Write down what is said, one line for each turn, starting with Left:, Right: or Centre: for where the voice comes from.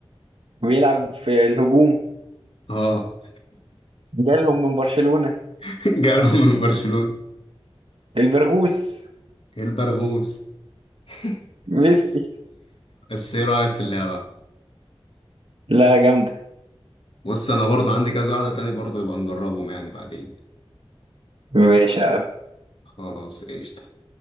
Right: بيلعب في الهجوم
Left: اه
Right: جالهم من برشلونة
Left: <laughs> جاله من برشلونة
Right: البرغوث
Left: ايه البرغوث <laughs>
Right: ميسي
Left: بس ايه رأيك في اللعبة
Right: لا جامدة
Left: بص انا برضه عندي كذا واحدة تاني برضه يبقى نجربهم يعني بعدين
Right: ماشي
Left: خلاص قشطة